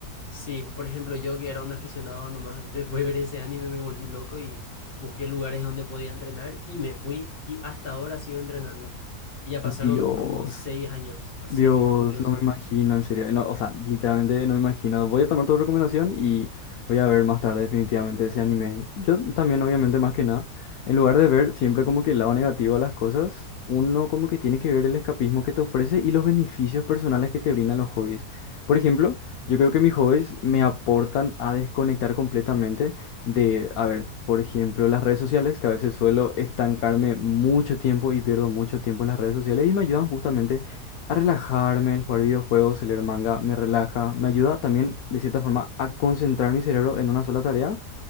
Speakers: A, on the left; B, on the left.
A: Sí, por ejemplo, yo que era un aficionado nomás, después de ver ese anime me volví loco y busqué lugares donde podía entrenar y me fui y hasta ahora sigo entrenando. Y ya
B: Dios.
A: pasaron como seis años, o siete
B: Dios,
A: incluso.
B: no me imagino, en serio. No, o sea, literalmente no me imagino. Voy a tomar tu recomendación y voy a ver más tarde definitivamente ese anime. Yo también, obviamente, más que nada, en lugar de ver siempre como que el lado negativo a las cosas, uno como que tiene que ver el escapismo que te ofrece y los beneficios personales que te brindan los hobbies. Por ejemplo, yo creo que mis hobbies me aportan a desconectar completamente de, a ver, por ejemplo, las redes sociales, que a veces suelo estancarme mucho tiempo y pierdo mucho tiempo en las redes sociales y me ayudan justamente a relajarme, el jugar videojuegos, el leer manga, me relaja, me ayuda también de cierta forma a concentrar mi cerebro en una sola tarea